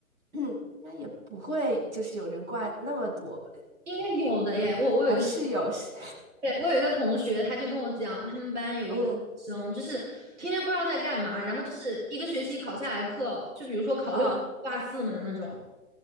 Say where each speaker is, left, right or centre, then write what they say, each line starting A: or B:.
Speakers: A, on the right (about 70°); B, on the right (about 50°).
A: <clears throat> 应该也不会就是有人挂那么多吧？
B: 应该有的耶。我我有一个，
A: 哎，是有，是
B: 对，我有一个同学，他就跟我讲，他们班有一个女生，
A: <laughs> 嗯，
B: 就是天天不知道在干嘛，然后就是一个学期考下来课，就比如说考六门挂四门那种，
A: 啊，